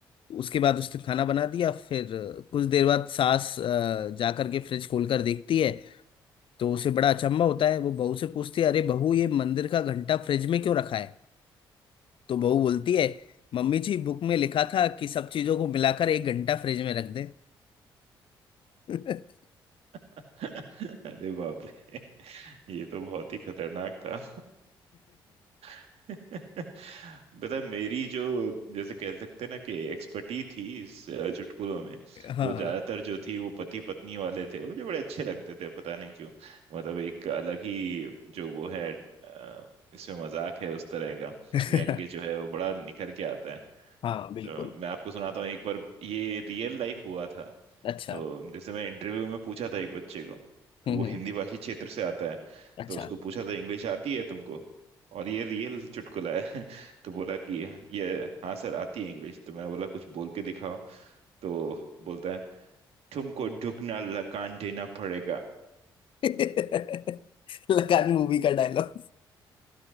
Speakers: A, on the left (about 45°); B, on the right (about 60°).
A: उसके बाद उसने खाना बना दिया फिर कुछ देर बाद सास अ, जा करके फ्रिज खोल कर देखती है तो उसे बड़ा अचंभा होता है वो बहू से पूछती है अरे बहू ये मंदिर का घंटा फ्रिज में क्यों रखा है तो बहू बोलती है मम्मी जी बुक में लिखा था कि सब चीजों को मिलाकर एक घंटा फ्रिज में रख दें <laughs>
B: <laughs> अरे बाप रे ये तो बहुत ही खतरनाक था <laughs> पता है, मेरी जो जैसे कह सकते हैं ना कि एक्सपर्टी थी इस अ, चुटकुलों में
A: हाँ
B: वो ज्यादातर जो थी वो पति पत्नी वाले थे मुझे बड़े अच्छे लगते थे पता नहीं क्यों मतलब एक अलग ही जो वो है अ, इसमें मजाक है उस तरह का
A: <laughs>
B: व्यंग्य जो है वो बड़ा निखर के आता है
A: हाँ बिल्कुल
B: तो मैं आपको सुनाता हूँ एक बार ये रियल लाइफ हुआ था
A: अच्छा
B: तो जैसे मैं इंटरव्यू में पूछा था एक बच्चे को तो
A: हम्म
B: वो हिंदी
A: हम्म।
B: भाषी क्षेत्र से आता है
A: अच्छा
B: तो उसको पूछा था इंग्लिश आती है तुमको और ये रियल चुटकुला है <laughs> तो बोला कि ये हाँ सर आती है इंग्लिश तो मैं बोला कुछ बोल के दिखाओ तो बोलता है तुमको दुगना लगान देना पड़ेगा
A: <laughs> लगान मूवी का डायलॉग